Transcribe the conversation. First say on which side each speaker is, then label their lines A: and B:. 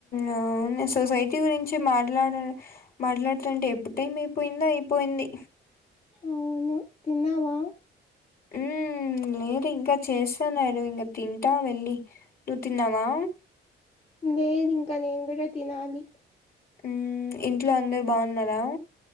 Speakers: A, on the left (about 45°); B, on the left (about 30°).
A: అవును సొసైటీ గురించి మాట్లాడ మాట్లాడుతుంటే ఎప్పుడు టైం అయిపోయిందో అయిపోయింది
B: అవును తిన్నావా
A: ఉమ్ లేదు ఇంకా చేస్తాన్నాడు ఇంకా తింటా వెళ్ళి నువ్వు తిన్నావా
B: లేదు ఇంకా నేను కూడా తినాలి
A: ఉమ్ ఇంట్లో అందరు బాగున్నారా